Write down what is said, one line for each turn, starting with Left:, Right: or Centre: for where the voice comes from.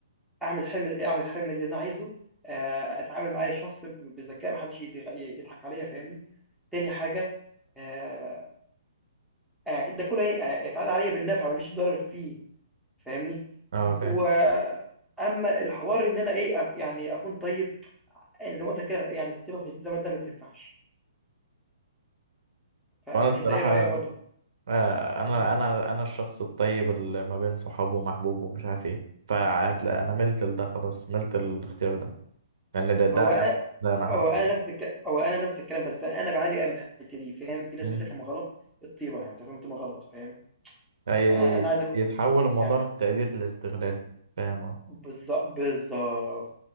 Centre: أعمل حلم أعمل الحلم اللي أنا عايزه، آآ أتعامل مع أي شخص ب بذكاء ما حدش يتغ يضحك عليَّ فاهمني، تاني حاجة آآ آآ ده كله هي آآ يتعاد عليَّ بالنفع، ما فيش ضرر فيه، فاهمني؟
Right: اه
Centre: ب
Right: فاهم
Centre: وأمّا الحوار إن أنا إيه، أك يعني أكون طيب، آآ زي ما قُلت لك كده يعني الطيبة في الزمن ده ما تنفعش، فأنت
Right: وانا الصراحه
Centre: إيه رأيك برضه؟
Right: آه، انا
Centre: إمم،
Right: انا انا الشخص الطيب اللي ما بين صحابه ومحبوبه ومش عارف ايه فهتلاقي انا ملت لده خلاص ملت الاختيار ده لان ده ده
Centre: هو أ
Right: ده انا حرفيا
Centre: هو أنا نفس الك هو أنا نفس الكلام، بس أنا باعاني بقى من الحتّة دي، فاهم؟ في ناس
Right: مم.
Centre: بتفهم غلط الطيبة، يعني بتفهم الطيبة غلط، فاهم؟
Right: هي-
Centre: فأنا عايزك
Right: يتحول الموضوع
Centre: يع
Right: من تقدير لاستغلال فاهم اه
Centre: بالض بالضبط.